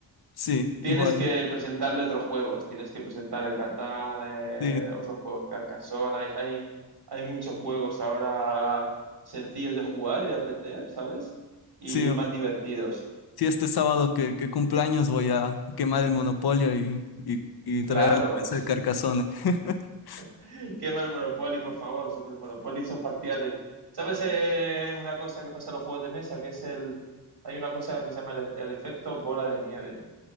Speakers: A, on the left; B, on the right.
A: sí, igual.
B: Tienes que presentarle otros juegos, tienes que presentar el Catán, eh,
A: sí.
B: otros juegos Carcassonne, hay, hay, hay muchos juegos ahora sencillos de jugar y de aprender, ¿sabes? Y
A: Sí, o-
B: más divertidos.
A: sí, este sábado que, que cumpleaños voy a quemar el monopolio y, y, y
B: Claro,
A: traer a la mesa el carcazón. <laughs>
B: <laughs> quema el Monopoly, por favor, porque el Monopoly son partidas de... ¿Sabes eh, una cosa que pasa en los juegos de mesa? Que es el... Hay una cosa que se llama el, el efecto bola de nieve.